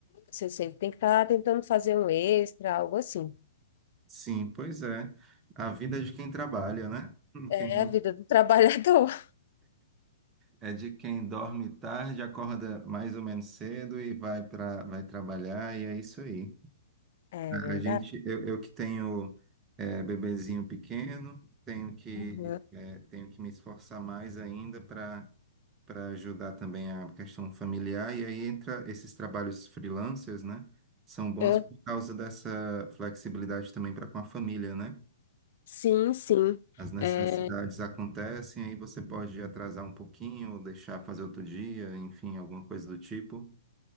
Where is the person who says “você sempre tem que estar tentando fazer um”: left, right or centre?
Left